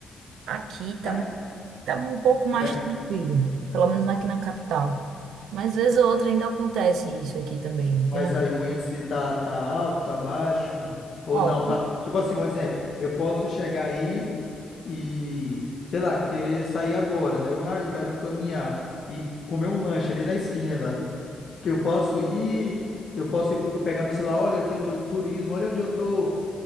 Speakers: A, on the right; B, on the left.
A: aqui tá.
B: aí-
A: tava um pouco
B: como
A: mais
B: é-
A: tranquilo, pelo menos aqui na capital. Mas vez ou outra ainda acontece isso aqui também.
B: Mas
A: Tem uma...
B: aí o índice tá, tá alto, tá baixo, ou
A: Ó,
B: não, tá? Tipo assim, um exemplo, eu posso chegar aí e, sei lá, querer sair agora, né? Eu, ah, eu quero caminhar e comer um lanche ali na esquina. Eu posso ir, eu posso ir co- pegar meu celular, olha aqui eu tô de turismo, olha onde eu tô.